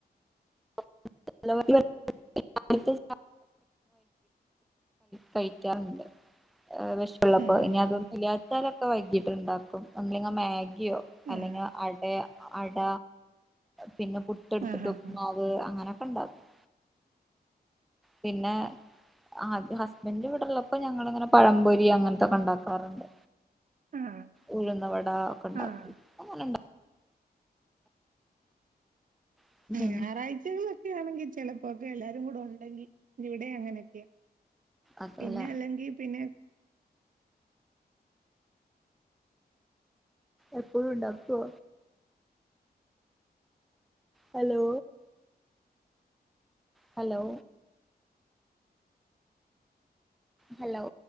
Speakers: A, in the centre; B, on the right.
A: <unintelligible> <unintelligible> കഴിക്കാറുണ്ട് വെശ പ്പുള്ളപ്പോ
B: ഉം
A: ഇനി അതൊന്നും ഇല്ലാത്താലൊക്കെ വൈകിട്ടുണ്ടാക്കും നമ്മളിങ്ങനെ മാഗിയോ അല്ലെങ്കിൽ
B: ഉം
A: അട അട പിന്നെ പുട്ട് എടുത്തിട്ട്
B: ആഹ് ആഹ് ആഹ്
A: മാവ് അങ്ങനെയൊക്കെ ഉണ്ടാക്കും പിന്നെ അത് ഹസ്ബന്റ് ഇവിടുള്ളപ്പോ ഞങ്ങളിങ്ങനെ പഴം പൊരി അങ്ങനത്തൊക്കെ ഉണ്ടാക്കാറുണ്ട്
B: ആഹ്
A: ഉഴുന്നുവട ഒക്കെ ഉണ്ടാക്കും
B: ആഹ്
A: ഇപ്പൊ ഒന്നും ഉണ്ടാക്കും
B: ഈ
A: പിന്നെ
B: ഞായറാഴ്ചകളിലൊക്കെ ആണെങ്കിൽ ചിലപ്പോക്കെ എല്ലാരും കൂടെ ഉണ്ടെങ്കിൽ ഇവിടേം അങ്ങനെയൊക്കെയാ
A: അതല്ല
B: പിന്നെ അല്ലെങ്കി പിന്നെ
A: എപ്പോഴും ഉണ്ടാക്കുവോ ഹലോ ഹലോ ഹലോ